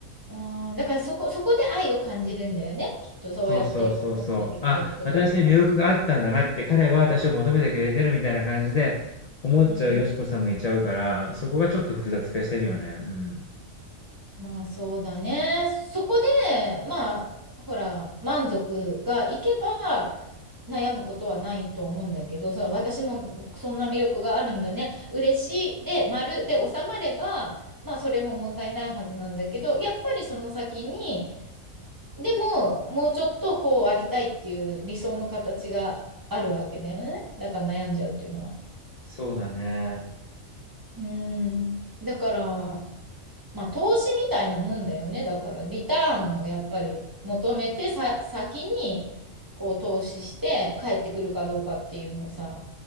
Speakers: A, on the right; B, on the left.
A: あー、だからそこ、そこで愛を感じるんだよね。きっとそうやってこう求めてくれることでね。
B: そうそうそうそう。あ、私に魅力があったんだなって、彼は私を求めてくれてるみたいな感じで思っちゃうよしこさんもいちゃうから、
A: うん。
B: そこがちょっと複雑化してるよね。うん。
A: まあそうだね。そこで、まあ、ほら、満足がいけば悩むことはないと思うんだけど、その私もそんな魅力があるんだね。嬉しいで、丸で収まれば、まあそれも問題ないはずなんだけど、やっぱりその先に、でも、もうちょっとこうありたいっていう理想の形があるわけだよね。だから悩んじゃうっていうのは。
B: そうだね。
A: うーん。だから、まあ投資みたいなもんだよね。だから、リターンをやっぱり求めてさ、先にこう投資して帰ってくるかどうかっていうのをさ、